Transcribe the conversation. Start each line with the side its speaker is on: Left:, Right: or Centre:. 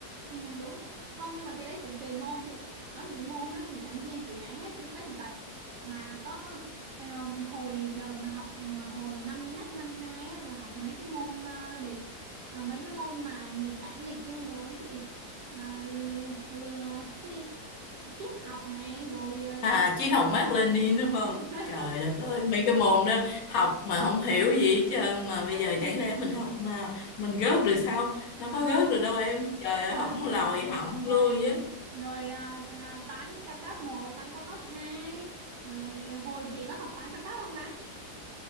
Right: Ừ, đúng rồi. Không nhưng mà cái đấy cũng tùy môn chị. Có những môn á thì giảng viên sẽ giảng hết từ tất tần tật mà có ờ, hồi đợt mà học ừ, hồi năm nhất năm hai á, là học mấy cái môn ờ, đề ờ, mấy cái môn mà nền tảng đề cương đồ ấy chị. À, l- l- cái gì? Triết học này rồi ờ,
Left: À, chứ học Mác Lênin đúng không?
Right: <laughs>
Left: Trời đất ơi, mấy cái môn đó học mà không hiểu gì hết trơn mà bây giờ
Right: rồi
Left: chẳng lẽ mình học mà mình gớt được sao? Đâu
Right: ờ,
Left: có gớt được đâu em. Trời
Right: ờ,
Left: ơi, học
Right: đúng rồi.
Left: lòi hỏng
Right: Rồi
Left: luôn chứ.
Right: rồi à, à, toán cao cấp một toán cao cấp hai Rồi hồi chị có học toán cao cấp không ta?